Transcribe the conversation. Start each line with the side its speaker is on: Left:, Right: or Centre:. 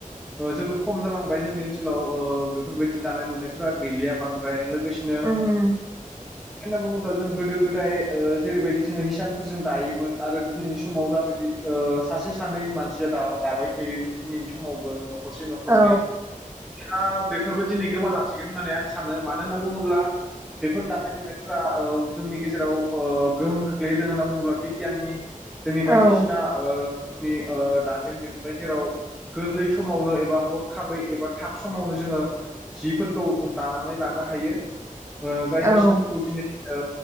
Centre: ओ जोबोद खम जालांबाय जोंनि ओनसोलाव ओ बेफोरबायदि दानाय लुनायफोरा गैलिया बांद्राय लोगोसेनो
Right: उम
Centre: मानो होनना बुङोब्ला जों गोदो गोदाय ओ जेरैबायदि जोङो हिसानफोरजों दायोमोन आरो दिनैनि समाव जाबायदि ओ सासे सानै मानसिया दाबाय थायो दिनैनि समावबो। न'खरसे न'खरनै
Right: औ
Centre: <unintelligible> बेफोरबो दिनै गोमालांसिगोन होननानै आं सानो मानो होननानै बुङोब्ला बेफोर दानाय लुनायफोरा औ जों नि गेजेराव गोहोम खोख्लैहोदों होनना बुङोब्ला बिगियाननि जोंनि
Right: औ
Centre: बायदिसिना ओ जोंनि दाजेम दिहुनबाय जेराव गोरलै समावनो एबा हरखाबै एबा थाब समावनो जोङो जिफोरखौ दानानै लानो हायो ओ जाय
Right: औ
Centre: मेसिनफोरखौ दिनै ओ